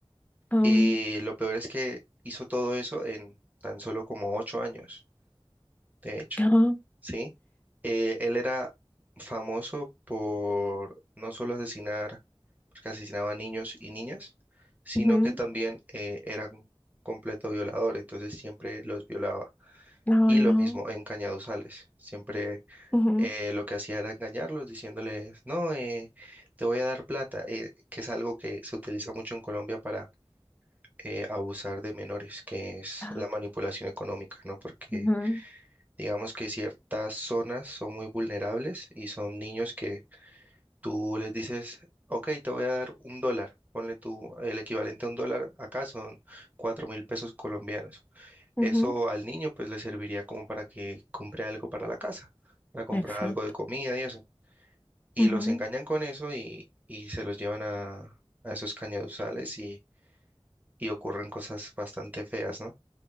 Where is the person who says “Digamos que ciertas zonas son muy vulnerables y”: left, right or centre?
Right